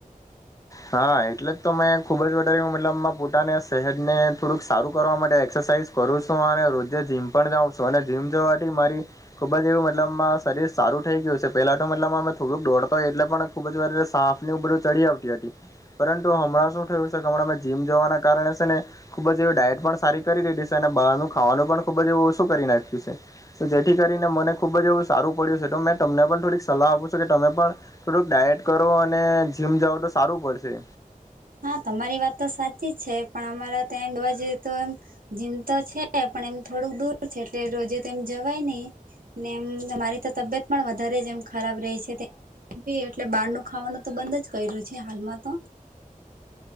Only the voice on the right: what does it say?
હા તમારી વાત તો સાચી જ છે પણ અમારા ત્યાં જોવા જઈએ તો એમ જીમ તો છે પણ એમ થોડુંક દૂર છે એટલે રોજે તો એમ જવાય નઈ ને એમ મારી તો તબિયત પણ વધારે જ એમ ખરાબ રેય એટલે બી બારનું ખાવાનું તો બંધ જ કર્યું છે હાલમાં તો